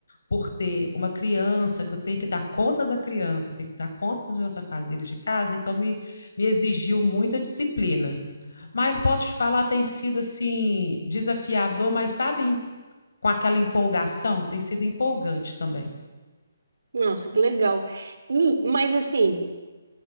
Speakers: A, on the left (about 80°); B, on the right (about 75°).
A: por ter uma criança, que eu tenho que dar conta da criança, tenho que dar conta dos meus afazeres de casa, então me, me exigiu muita disciplina. Mas posso te falar, tem sido assim desafiador, mas sabe com aquela empolgação, tem sido empolgante também.
B: Nossa, que legal. E, mas assim,